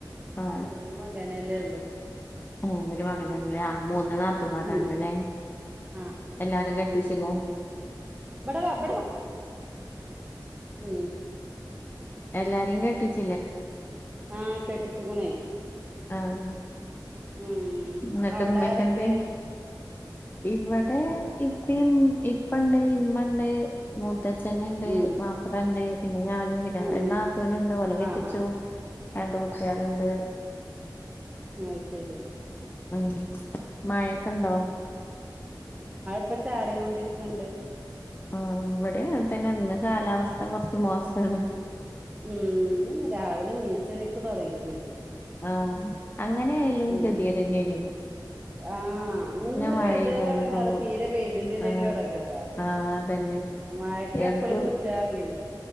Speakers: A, on the left; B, on the right.
A: ആഹ്
B: ഒരു മകനല്ലേ ഉള്ളു.
A: ഉം ഒരു മകനല്ലേ ആഹ് മൂന്ന് നാത്തന്മാരല്ലല്ലേ
B: ഉം ആഹ്
A: എല്ലാരും കേട്ടിച്ചരുന്നു.
B: ഇബടവാ ഇബ്ടവ. ഉം
A: എല്ലാരെയും കേട്ടിച്ച്
B: ആഹ് കെട്ടിച്ചുകണേ.
A: ആഹ്.
B: ഉം
A: എന്നിട്ട്
B: അവിടാരൊക്കെ.
A: ഉമ്മക്കെ എന്തേ ഇവിടെ ഇപ്പം ഇപ്പണ്ട് ഇമ്മണ്ട്. മുത്തച്ഛനുണ്ട്
B: ഉം
A: മാപ്പട ഉണ്ട് പിന്നെ ഞാനും പിന്നെ
B: ഉം
A: എന്നാത്തുവിനുണ്ട്
B: ഉം
A: ഓല കെട്ടിച്ചു.
B: ആഹ് ആഹ്
A: രണ്ട് കുട്ടിയാലുണ്ട്.
B: ആഹ് അയ്ശരി.
A: ഉം മായൊക്കെ ഉണ്ടോ.
B: ഇപ്പ ചാരികൊണ്ട് ഇരിക്കണ്ട്.
A: ആഹ് ഇവിടെ അങ്ങതന്നെ ഇന്ന് കാലാവസ്ഥ കുറച്ച് മോശമാണ്.
B: ഉം രാവിലെ നീച്ച വഴിക്ക് തുടങ്ങിക്കുന്ന.
A: ആഹ് അങ്ങനെ ആയാലും
B: ഉം
A: ക തിയടനെ.
B: ആഹ് നിന്ന്
A: മഴെയ്തോണ്ട്ക്കുമ്പോ
B: പെയ്താലും എടങ്ങാറാ തീരെ പെയ്തിട്ടില്ലേലും
A: ആഹ്
B: എടങ്ങാറാ.
A: ആഹ് അതന്നെ
B: മഴക്ക്
A: ഏതൊക്കെ
B: എപ്പഴും കുറ്റാറിഞ്ഞില്ലേ.